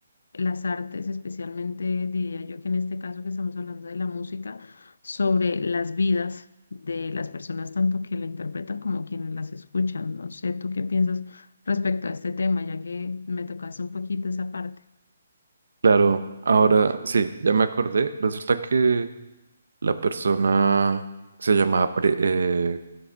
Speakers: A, on the left; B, on the right.
A: las artes, especialmente diría yo que en este caso que estamos hablando de la música, sobre las vidas de las personas, tanto que la interpretan como quienes las escuchan. No sé, ¿tú qué piensas respecto a este tema, ya que me tocaste un poquito esa parte?
B: Claro, ahora sí, ya me acordé. Resulta que la persona se llamaba Pre- eh,